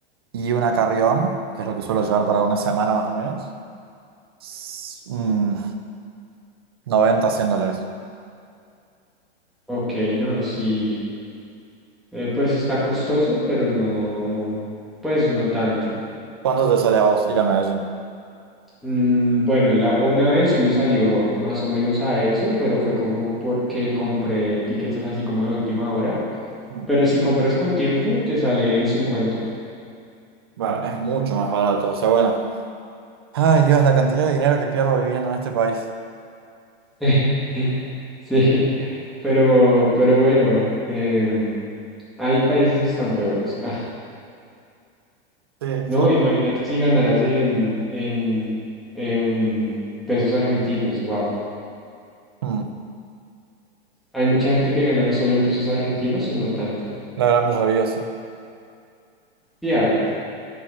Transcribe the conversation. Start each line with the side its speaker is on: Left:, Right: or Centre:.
Right: y una carrión, que es lo que suelo llevar para una semana más o menos, s- mm, 90, 100 dólares.
Centre: Ok, no, sí, eh, pues está costoso, pero no, pues no tanto.
Right: ¿Cuánto te sale a vos ir a Medellín?
Centre: Mm, bueno, la, una vez sí me salió más o menos a eso, pero fue como porque compré tiquetes así como de última hora.
Right: Mm,
Centre: Pero si compras con tiempo, te sale en cincuenta
Right: Bueno, es mucho más barato, o sea, bueno. Ay, Dios, la cantidad de dinero que pierdo viviendo en este país.
Centre: <laughs> Sí, pero, pero bueno, em, hay países que están peores. Ah,
Right: Sí,
Centre: no,
Right: sí.
Centre: imagínate si ganaras en, en, em, pesos argentinos, wow.
Right: Mm,
Centre: ¿Hay mucha gente que gana solo en pesos argentinos o no tanta?
Right: la gran mayoría, sí.
Centre: Sí hay,